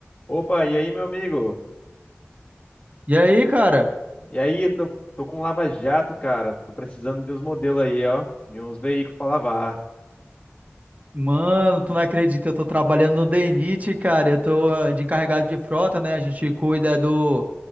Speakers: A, on the left; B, on the right.
A: Opa, e aí, meu amigo?
B: E aí, cara?
A: E aí, tô, tô com Lava Jato, cara. Tô precisando de uns modelos aí, ó. De uns veículos pra lavar.
B: Mano, tu não acredita, eu tô trabalhando no DNIT, cara. Eu tô ah, de encarregado de frota, né? A gente cuida do,